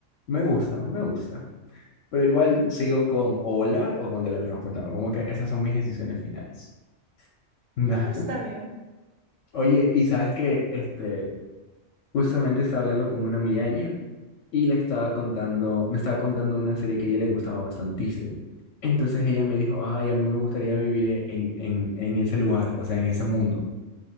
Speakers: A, on the left; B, on the right.
A: Me gusta, me gusta. Pero igual sigo con o volar o con teletransportarme. Como que esas son mis decisiones finales. Da.
B: No, está bien.
A: Oye, y sabes que este, justamente estaba hablando con una amiga ayer y le estaba contando, me estaba contando una serie que a ella le gustaba bastantísimo. Entonces ella me dijo, ay, a mí me gustaría vivir en, en, en ese lugar, o sea, en ese mundo.